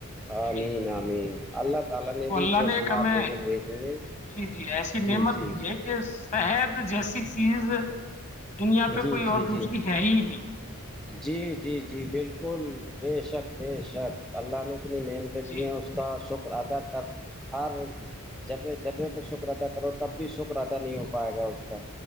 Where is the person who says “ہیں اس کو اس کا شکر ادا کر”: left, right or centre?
Centre